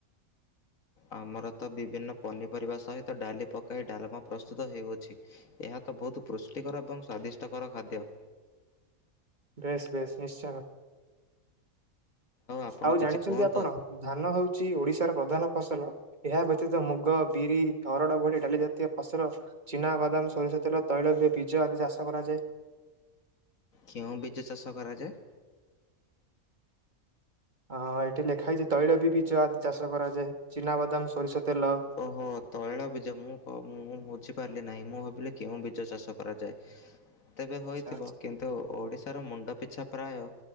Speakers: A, on the left; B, on the right.
A: ଆମର ତ ବିଭିନ୍ନ ପନିପରିବା ସହିତ ଡାଲି ପକାଇ ଡାଲମା ପ୍ରସ୍ତୁତ ହେଉଅଛି। ଏହା ତ ବହୁତ ପୁଷ୍ଟିକର ଏବଂ ସ୍ଵାଦିଷ୍ଟକର ଖାଦ୍ୟ।
B: ଡ୍ରେସ୍ ବେଶ ନିଶ୍ଚୟ।
A: ଆପଣ
B: ଆଉ
A: କିଛି
B: ଜାଣିଛନ୍ତି
A: କୁହନ୍ତୁ,
B: ଆପଣ, ଧାନ ହଉଛି ଓଡିଶାର ପ୍ରଧାନ ଫସଲ। ଏହା ବ୍ୟତୀତ ମୁଗ, ବିରି, ହରଡ ଭଳି ଡାଲିଜାତୀୟ ଫସଲ ଚିନାବାଦାମ, ସୋରିଷ ତେଲ, ତୈଳବୀ-ବୀଜ ଆଦି ଚାଷ କରାଯାଏ।
A: କେଉଁ ବୀଜ ଚାଷ କରାଯାଏ?
B: ଅ ଏଠି ଲେଖା ହେଇଛି ତୈଳବି-ବୀଜ ଆଦି ଚାଷ କରାଯାଏ। ଚିନାବାଦାମ, ସୋରିଷ ତେଲ
A: ଓହୋ ତୈଳବୀଜ, ମୁଁ କ ମୁଁ ବୁଝିପାରିଲି ନାହିଁ। ମୁଁ ଭାବିଲି କେଉଁ ବୀଜ ଚାଷ କରାଯାଏ? ତେବେ
B: ଆଚ୍ଛା
A: ହୋଇଥିବ,
B: ଆଚ୍ଛା।
A: କିନ୍ତୁ ଓଡିଶାର ମୁଣ୍ଡ ପିଛା ପ୍ରାୟ